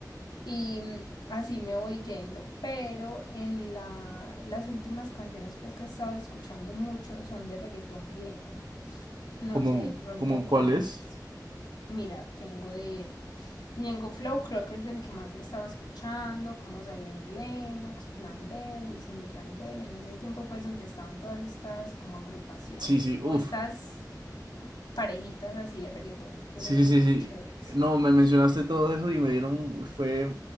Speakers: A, on the left; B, on the right.
A: y mm, así me voy yendo, pero en la- las últimas canciones pues que he estado escuchando mucho son de reggaetón viejo, no
B: ¿Cómo,
A: sé, de pronto
B: cómo
A: conoces.
B: cuál es?
A: Mira, tengo de Ñengo Flow, creo que es del que más estaba escuchando, como Zion y Lennox, Plan B, Wisin y Yandel, en ese tiempo pues donde estaban todas estas como agrupaciones
B: Sí, sí,
A: o
B: uff.
A: estas parejitas así de reggaetón que
B: Sí,
A: son
B: sí,
A: súper
B: sí, sí.
A: chéveres.
B: No, me mencionaste todo eso y me dieron, fue,